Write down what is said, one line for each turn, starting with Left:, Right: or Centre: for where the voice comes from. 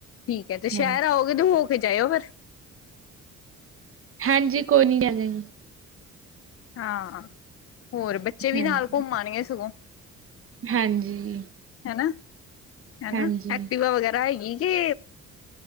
Left: ਠੀਕ ਐ ਤੇ
Right: ਹਾਂਜੀ,
Left: ਸੈ਼ਹਰ ਆਓਗੇ ਤੋ ਹੋ ਕੇ ਜਾਇਓ ਫੇਰ।
Right: ਹਾਂਜੀ ਕੋਈ ਨੀ ਲੈ ਜਾਏਗੀ।
Left: ਹਾਂ-ਹਾਂ, ਹੋਰ ਬੱਚੇ ਵੀ
Right: ਹਾਂਜੀ।
Left: ਨਾਲ ਘੁੰਮ ਆਣਗੇ ਸਗੋਂ।
Right: ਹਾਂਜੀ।
Left: ਹੈਨਾ, ਹੈਨਾ
Right: ਹਾਂਜੀ।
Left: ਐਕਟੀਵਾ ਵਗੈਰਾ ਹੈਗੀ ਜੇ।